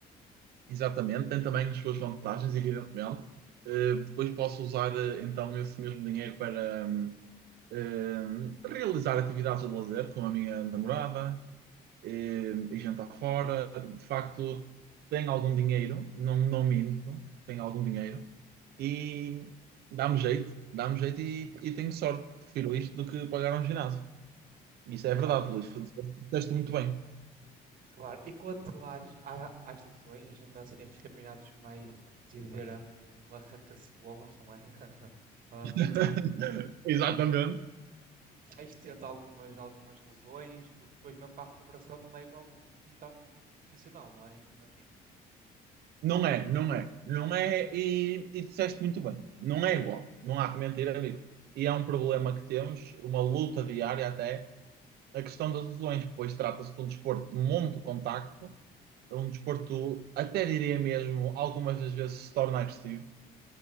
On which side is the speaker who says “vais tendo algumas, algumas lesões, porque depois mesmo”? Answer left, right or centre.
Right